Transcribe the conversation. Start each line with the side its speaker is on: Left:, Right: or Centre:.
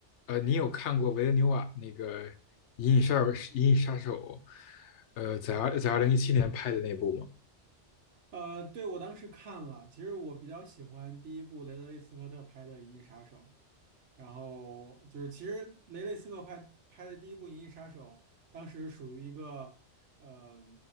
Left: 呃，你有看过维伦纽瓦那个《银翼杀手》《银翼杀手》，呃，在二在二零一七年拍的那部吗？
Right: 呃，对，我当时看了，其实我比较喜欢第一部雷德利·斯科特拍的《银翼杀手》，然后就是其实雷雷斯科特拍拍的第一部《银翼杀手》，当时属于一个呃